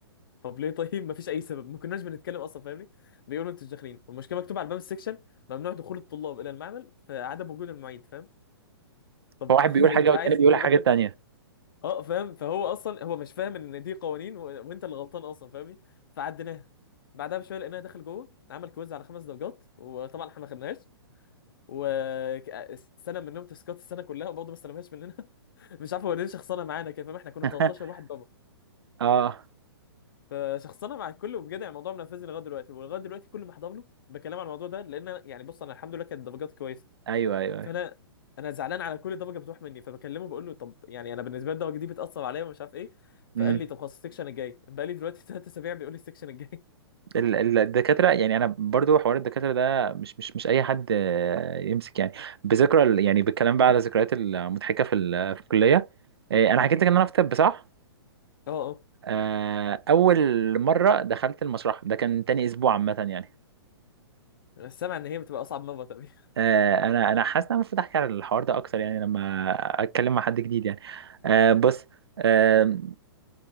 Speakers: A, on the left (about 55°); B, on the right (about 70°).
A: طب ليه طيب ما فيش اي سبب ما كناش بنتكلم اصلا فاهمني بيقولوا ما انتوش داخلين والمشكله مكتوبه على باب السيكشن ممنوع دخول الطلاب الى المعمل فعدم وجود المعيد فاهم طب
B: فواحد بيقول
A: <laughs> انت
B: حاجه والتاني
A: عايز
B: بيقول
A: ايه دلوقتي
B: حاجه تانية
A: اه فاهم فهو اصلا هو مش فاهم ان دي قوانين و... وانت اللي غلطان اصلا فاهمني فعديناها بعدها بشويه لقيناها داخل جوه عمل كويز على خمس درجات وطبعا احنا ما خدناش واستلم منهم تاسكات السنه كلها وبرضه ما استلمهاش مننا <laughs> مش عارف هو ليه شخصنه معانا كده فاهم احنا كنا
B: <laughs>
A: 13 واحد بابا
B: اه
A: فشخصنه مع الكل وبجد يعني الموضوع منفذني لغايه دلوقتي ولغايه دلوقتي كل ما احضر له بكلام عن الموضوع ده لان أنا- يعني بص انا الحمد لله كانت درجاتي كويسه
B: ايوه ايوه ايوه
A: فانا انا زعلان على كل الضجه بتروح مني فبكلمه بقول له طب يعني انا بالنسبه لي الضجه دي بتاثر عليا ومش عارف ايه
B: امم
A: فقال لي طب خلاص السكشن الجاي بقى لي دلوقتي ثلاث اسابيع بيقول لي السكشن الجاي
B: ال- ال- الدكاتره يعني انا برضو حوار الدكاتره ده مش مش مش اي حد آه، يمسك يعني بذكرى ال- يعني بالكلام بقى على الذكريات المضحكه في ال- في الكليه آه، انا حكيت لك ان انا في طب صح
A: <laughs> اه اه
B: آه، اول مره دخلت المسرح ده كان تاني اسبوع عامه يعني
A: انا سامع ان هي بتبقى اصعب مره تقريبا
B: آه، انا انا حاسس ان انا المفروض احكي على الحوار ده اكتر يعني لما اتكلم مع حد جديد يعني آه، بص آه،